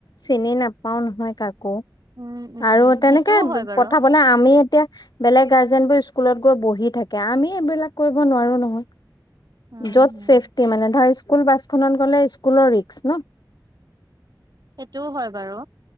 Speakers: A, on the left; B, on the right.
A: চিনি নাপাও নহয় কাকো
B: উম উম
A: আৰু তেনেকে
B: সেইটোও হয় বাৰু।
A: পঠাবলে আমি এতিয়া বেলেগ গাৰ্জেনবোৰ স্কুলত গৈ বহি থাকে আমি এইবিলাক কৰিব নোৱাৰো নহয়।
B: উম
A: য'ত
B: হম।
A: ছেফটি মানে ধৰ স্কুল বাছখনত গ'লে স্কুলৰ ৰিস্ক ন
B: সেইটোও হয় বাৰু